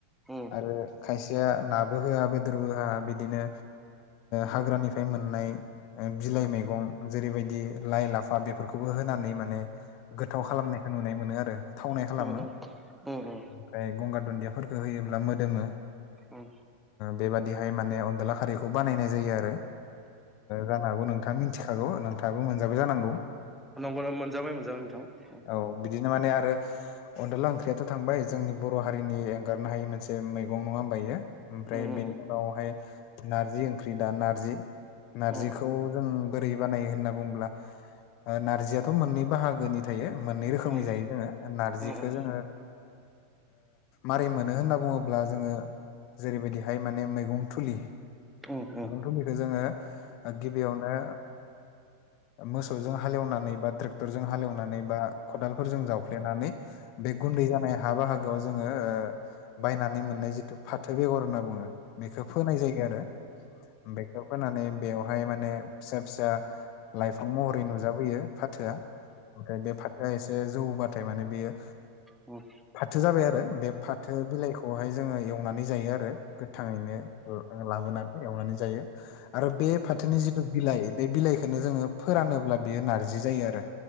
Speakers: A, in the centre; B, on the left.
A: उम
B: आरो खायसेया नाबो होआ बेदरबो होआ बिदिनो हाग्रानिफ्राय मोननाय बिलाइ
A: उम
B: मैगं जेरैबायदि लाइ लाफा बेफोरखौबो होनानै माने गोथाव
A: उम
B: खालामनायखौ नुनाय मोनो आरो थावनाय
A: उम
B: खालामो।
A: उम उम
B: ओमफ्राय गंगार दुन्दियाफोरखौ होयोब्ला मोदोमो।
A: उम
B: बेबादिहाय माने अनदला खारिखौ बानायनाय जायो आरो जानो हागौ नोंथाङा मिथिखागौ नोंथाङाबो मोनजाबाय जानांगौ
A: नम्बरा मोनजाबाय मोनजाबाय नोंथां।
B: औ बिदिनो माने आरो अनदला ओंख्रियाथ' थांबाय जोंनि बर' हारिनि एंगारनो हायि मोनसे मैगं नङा होमबा इयो ओमफ्राय
A: उम
B: बेनि उनावहाय नारजि ओंख्रि दा नारज नारजि नारजिखौ
A: उम
B: जों बोरै बानायो होनना बुंुङ्ला नारजयाथ' मोननै बाहागोनि थायो मोननै रोखोमनि
A: उम
B: जायो जोङो नारजिखौो
A: उम उम
B: जोङो मारै मोनो होनना बुङोब्ला जोङो जेरैबायदिहाय माने मैगं थुलि
A: अ अ
B: निखौ जोङो गिबियावनो मोसौजों हालेवनानै बा ट्रेक्टरजों हालेवनानै बा खदालफोरजों जावफ्लेनानै बे गुन्दै जानाय हा बाहागोआव जोङो बायनानै मोननाय जिथु फाथो बेगर होनना बुङो बेखौ फोनाय जायो आरो बेखौ फोनानै बेवहाय माने फिसा फिसा लाइफां महरै नुजाबोयो फाथोआ ओमफ्राय बे फाथआ एसे जौबाथाय माने बियो
A: औ
B: फाथो जाबाय आरो बे फाथो बिलाइखौहाय जोङो एवनानै जायो आरो गोथाङैनो आ लाबोनानै एवनानै जायो आरो बे फाथोनि जिथु बिलाइ बे बिलाइखौनो जोङो फोरानोब्ला बेयो नारजि जायो आरो